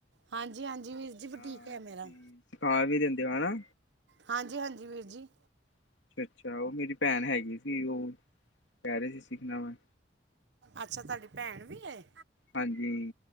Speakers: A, on the right; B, on the left.
A: ਹਾਂਜੀ ਹਾਂਜੀ ਵੀਰ ਜੀ ਬੁਟੀਕ
B: ਹਾਂ
A: ਹੈ
B: ਤੁਸੀ
A: ਮੇਰਾ
B: ਸਿਖਾ ਵੀ ਦਿੰਦੇ ਹਨ ਨਾ
A: ਹਾਂਜੀ, ਹਾਂਜੀ। ਵੀਰ ਜੀ।
B: ਅੱਛਾ ਅੱਛਾ ਉਹ ਮੇਰੀ ਭੈਣ ਹੈਗੀ ਸੀ ਉਹ ਕਹਿ ਰਹੇ ਸੀ ਸਿੱਖਣਾ ਮੈਂ
A: ਅੱਛਾ। ਤੁਹਾਡੀ ਭੈਣ ਵੀ ਹੈ।
B: ਹਾਂਜੀ।